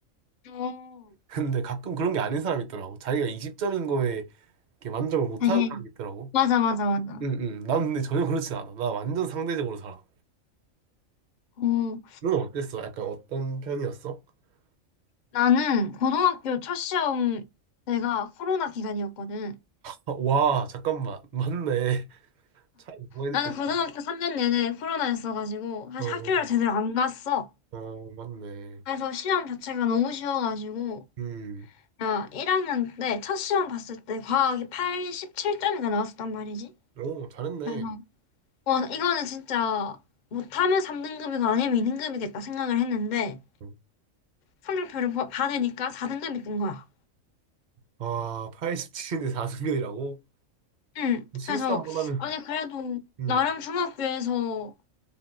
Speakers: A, on the left; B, on the right.
A: 어,
B: 근데 가끔 그런 게 아닌 사람이 있더라고. 자기가 20점인 거에 이렇게 만족을 못하는
A: 되게,
B: 사람이 있더라고.
A: 맞아, 맞아, 맞아.
B: 응, 응. 난 근데 전혀 그렇진 않아. 나 완전 상대적으로 살아.
A: 어,
B: 넌 어땠어? 약간 어떤 편이었어? <laughs>
A: 나는 고등학교 첫 시험 때가 코로나 기간이었거든.
B: 아, 와, 잠깐만. 맞네. <laughs> 차이 너무 많이
A: 나는
B: 느껴진다.
A: 고등학교 3년 내내 코로나였어가지고 사실
B: 어,
A: 학교를 제대로 안 갔어.
B: 어, 맞네.
A: 그래서 시험 자체가 너무 쉬워가지고
B: 음,
A: 야 1학년 때 첫 시험 봤을 때 과학이 87점인가 나왔었단 말이지.
B: 오, 잘했네.
A: 그래서 와 이거는 진짜 못하면 3등급이고 아니면 2등급이겠다 생각을 했는데
B: 음.
A: 성적표를 보- 받으니까 4등급이 뜬 거야.
B: 아, 87인데 4승률이라고?
A: 응.
B: 실수
A: 그래서
B: 한 번 하면.
A: 아니 그래도
B: 음,
A: 나름 중학교에서